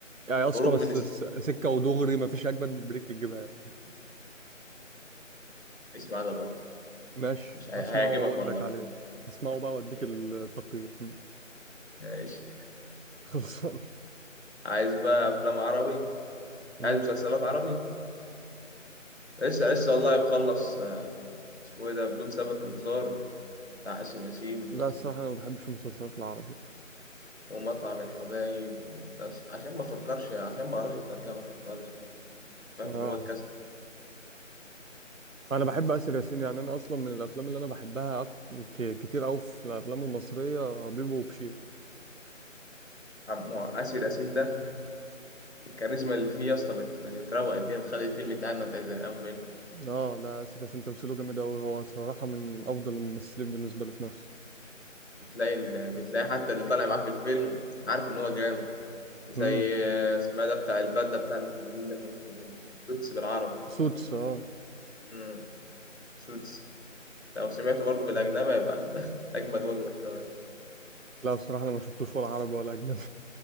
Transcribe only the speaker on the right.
يعني اصلا
بس
س- سكه ودغري ما فيش اجمد من بريكنج باد
ماشي
هسمعه
واقول
لك عليه هسمعه بقى واديك
التقييم مم.
<laughs> خلصان
امم
لا الصراحه انا ما بحبش المسلسلات العربيه
اه
انا بحب اسر ياسين يعني انا اصلا من الافلام اللي انا بحبها أك- ك- كتير قوي في الافلام المصريه بيبو وبشير
اه لا آسر ياسين تمثيله جامد أوي هو صراحة من أفضل الممثلين بالنسبة لي في مصر
امم
سوتس اه
لا الصراحة أنا ما شفتوش ولا عربي ولا أجنبي